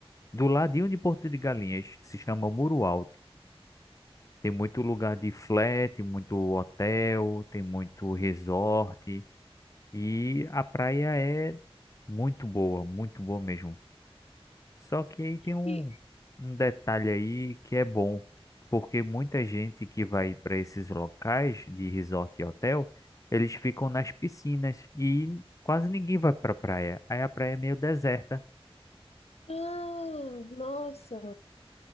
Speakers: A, on the left; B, on the left.
A: do ladinho de Porto de Galinhas, se chama Muro Alto. Tem muito lugar de flat, muito hotel, tem muito resort e a praia é muito boa, muito boa mesmo. Só que aí tem um,
B: E,
A: um detalhe aí que é bom, porque muita gente que vai para esses locais de resort e hotel, eles ficam nas piscinas e quase ninguém vai para praia. Aí a praia é meio deserta.
B: ah, nossa.